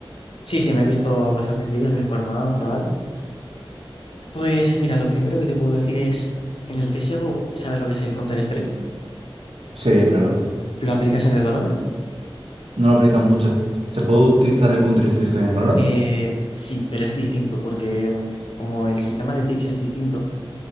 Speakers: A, on the left (about 65°); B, on the right (about 80°).
A: Sí, sí, me he visto bastantes vídeos, me he informado, tal. Pues mira, lo primero que te puedo decir es, en el CSGO, ¿sabes lo que es el Counter-Strike?
B: Sí, claro.
A: ¿Lo aplicas en el Valorant?
B: No lo aplican mucho. ¿Se puede utilizar el Counter-Strike en Valorant?
A: Eh, sí, pero es distinto, porque mm, como el sistema de ticks es distinto,